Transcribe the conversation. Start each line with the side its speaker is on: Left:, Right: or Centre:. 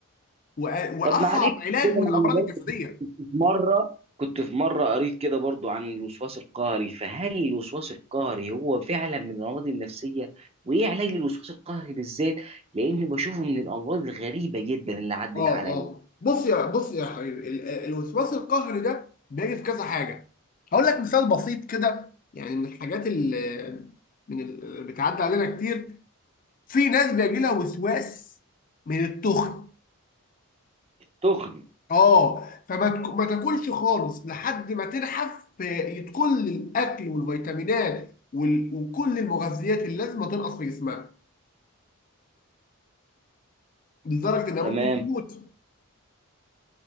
Left: وأ- واصعب
Right: طب معلش
Left: علاج
Right: كده
Left: من
Right: انا
Left: الامراض
Right: برضو
Left: الجسديه
Right: كنت في مره كنت في مره قريت كده برضو عن الوسواس القهري فهل الوسواس القهري هو فعلا من الامراض النفسيه وايه علاج الوسواس القهري بالذات لاني بشوفه من الامراض الغريبه جدا اللي عدت
Left: اه
Right: عليا
Left: اه بص يا بص يا حبيبي ال- ال- الوسواس القهري ده بيجي في كذا حاجه هقول لك مثال بسيط كده يعني من الحاجات اللي من ال- اللي بتعدي علينا كتير في ناس بيجي لها وسواس من التخن
Right: تخني
Left: اه فما تك- ما تاكلش خالص لحد ما تنحف في كل الاكل والفيتامينات وال- وكل المغذيات اللي لازم تنقص في جسمها لدرجه انها
Right: تمام
Left: ممكن تموت